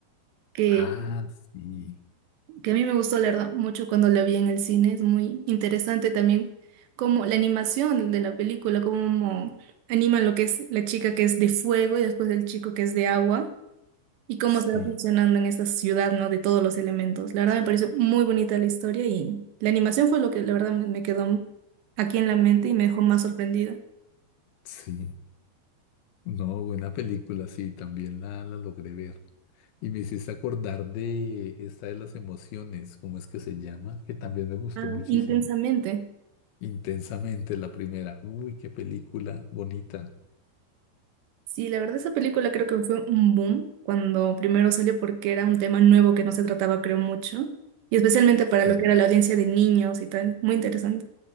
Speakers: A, on the right; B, on the left.
A: que,
B: Ah, sí,
A: que a mí me gustó, la verdad, mucho cuando la vi en el cine. Es muy interesante también como la animación de la película, cómo animan lo que es la chica que es de fuego y después el chico que es de agua y cómo
B: sí,
A: se va funcionando en esa ciudad, ¿no? De todos los elementos. La verdad me pareció muy bonita la historia y la animación fue lo que la verdad me me quedó aquí en la mente y me dejó más sorprendida.
B: sí. No, buena película, sí, también la, la logré ver. Y me hiciste acordar de esta de las emociones, ¿cómo es que se llama? Que también me gustó
A: Ah,
B: muchísimo.
A: intensamente.
B: Intensamente la primera. Uy, qué película bonita.
A: Sí, la verdad esa película creo que fue un boom cuando primero salió porque era un tema nuevo que no se trataba, creo, mucho, y especialmente
B: Sí.
A: para lo que era la audiencia de niños y tal. Muy interesante.